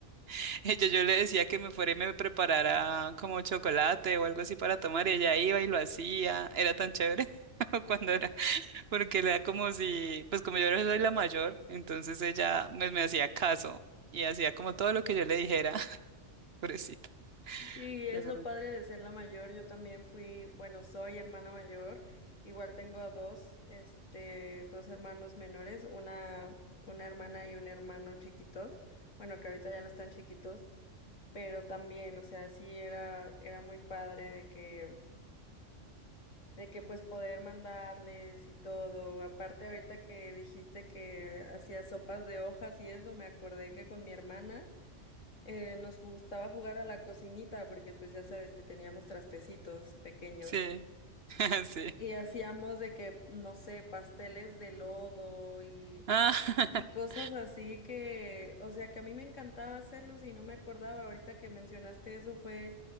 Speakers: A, on the right; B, on the left.
A: <laughs> Yo, yo le decía que me fuera y me preparara como chocolate o algo así para tomar y ella iba y lo hacía. Era tan chévere <laughs> cuando era, porque era como si, pues como yo soy la mayor, entonces ella me, me hacía caso y hacía como todo lo que yo le dijera. <laughs> Pobrecito.
B: Y es
A: Pero
B: lo
A: bueno.
B: padre de ser la mayor, yo también fui, bueno, soy hermana mayor, igual tengo a dos, este, dos hermanos menores, una, una hermana y un hermano chiquitos, bueno, que ahorita ya no están chiquitos, pero también, o sea, sí era, era muy padre de que, de que pues poder mandarles y todo. Aparte, ahorita que dijiste que hacías sopas de hojas y eso, me acordé que con mi hermana eh, nos gustaba jugar a la cocinita, porque pues ya sabes que teníamos trastecitos pequeños.
A: sí, <laughs> sí.
B: Y hacíamos de que, no sé, pasteles de lodo y
A: Ah, <laughs>
B: Y cosas así que, o sea, que a mí me encantaba hacerlos y no me acordaba. Ahorita que mencionaste eso fue